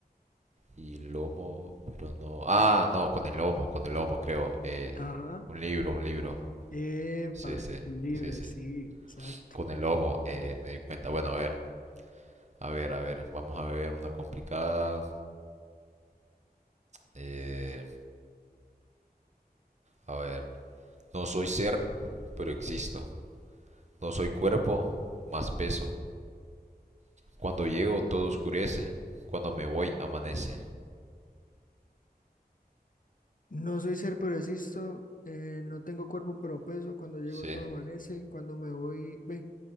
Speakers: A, on the right; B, on the left.
A: Y lomo, pero no. Ah, no, con el lomo, con el lomo creo. Eh,
B: Ajá.
A: un libro, un libro.
B: Epa,
A: Sí, sí,
B: el libro,
A: sí, sí.
B: sí, exacto.
A: Con el lomo, eh, me di cuenta. Bueno, a ver, a ver, a ver. Vamos a ver una complicada. Eh, a ver. No soy ser, pero existo. No soy cuerpo, más peso. Cuando llego todo oscurece, cuando me voy amanece.
B: No soy ser, pero existo. eh, no tengo cuerpo, pero peso. Cuando llego
A: Sí,
B: todo amanece. Cuando me voy, ve.